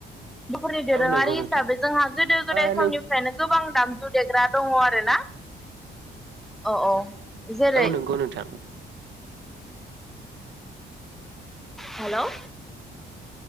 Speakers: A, in the centre; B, on the right.
A: बरनि दोरोङारि
B: औ नंगौ
A: हिसाबै
B: नोंथां
A: जोंहा गोदो गोदाय
B: ओ
A: समनिफ्रायनो
B: नों
A: गोबां दामजु देग्रा दङ आरो ना औ औ जेरै
B: औ नंगौ नोंथां
A: हेल'